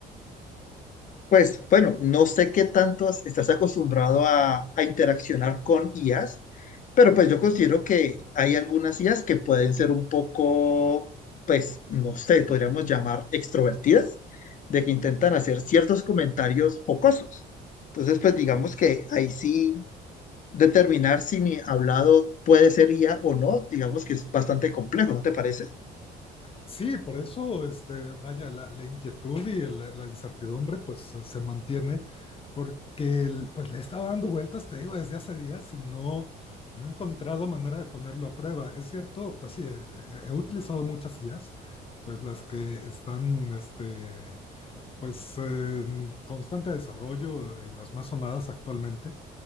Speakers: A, on the left (about 50°); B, on the left (about 35°).
A: Pues bueno, no sé qué tanto has- estás acostumbrado a, a interaccionar con IAs, pero pues yo considero que hay algunas IAs que pueden ser un poco, pues no sé, podríamos llamar extrovertidas, de que intentan hacer ciertos comentarios jocosos. Entonces, pues digamos que ahí sí determinar si mi hablado puede ser IA o no, digamos que es bastante complejo, ¿no te parece?
B: Sí, por eso, este, vaya, la, la inquietud y el- la, la incertidumbre, pues se se mantiene, porque el- pues le he estado dando vueltas, te digo, desde hace días y no, no he encontrado manera de ponerlo a prueba. Es cierto, pues sí, he, he utilizado muchas IAs, pues las que están, este, pues en constante desarrollo y las más sonadas actualmente